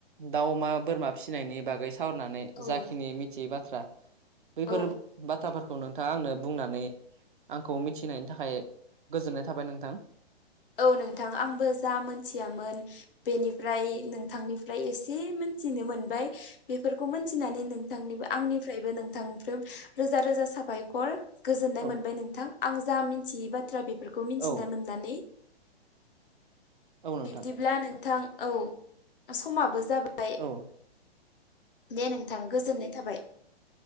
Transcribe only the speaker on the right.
दाउ अमा बोरमा फिसिनायनि बागै सावरायनानै
जाखिनि मिथियै बा थ्रा बैफोर
बाथ्राफोरखौ नोंथाङा आंनो बुंनानै आंखौ मिथिहोनायनि थाखाय गोजोननाय थाबाय नोंथां।
औ
औ
औ नोंथां।
औ